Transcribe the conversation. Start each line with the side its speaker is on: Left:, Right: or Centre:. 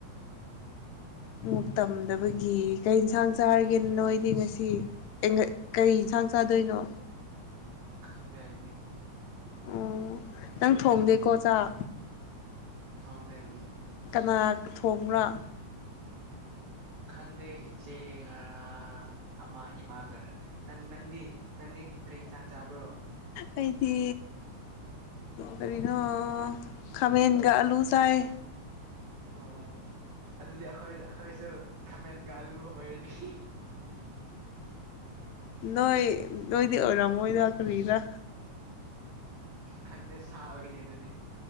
Left: ꯑꯃꯨꯛ ꯇꯝꯗꯕꯒꯤ ꯀꯩ ꯌꯦꯟꯁꯥꯡ ꯆꯥꯔꯒꯦꯅ ꯅꯣꯏꯗꯤ ꯉꯁꯤ ꯀꯩ ꯌꯦꯟꯁꯥꯡ ꯆꯗꯣꯏꯅꯣ
Right: ꯈꯪꯗꯦ ꯍꯥꯏꯗꯤ
Left: ꯑꯣ ꯅꯪ ꯊꯣꯡꯗꯦꯀꯣ ꯆꯥꯛ
Right: ꯊꯣꯡꯗꯦ ꯎꯝ
Left: ꯀꯅꯥ ꯊꯣꯡꯕ꯭ꯔꯥ ꯍ
Right: ꯈꯪꯗꯦ ꯏꯆꯦꯒꯔ ꯑꯃꯥ ꯏꯃꯥꯒꯔ ꯅꯪ ꯅꯪꯗꯤ ꯅꯪꯗꯤ ꯀꯔꯤ ꯏꯟꯁꯥꯡ ꯆꯥꯕ꯭ꯔꯣ
Left: ꯑꯩꯗꯤ ꯀꯔꯤꯅꯣ ꯈꯥꯃꯦꯟꯒ ꯑꯥꯂꯨ ꯆꯥꯏ
Right: ꯑꯣ ꯑꯗꯨꯗꯤ ꯑꯩꯈꯣꯏ ꯑꯩꯈꯣꯏꯁꯨ ꯈꯥꯃꯦꯟ ꯂꯨ ꯑꯣꯏꯔꯅꯤ
Left: ꯅꯣꯏ ꯅꯣꯏꯗꯤ ꯑꯣꯏꯔꯝꯃꯣꯏꯗ ꯀꯅꯤꯔꯥ
Right: ꯈꯪꯗꯦ ꯁꯥꯕꯒꯅꯤ ꯑꯗꯨꯗꯤ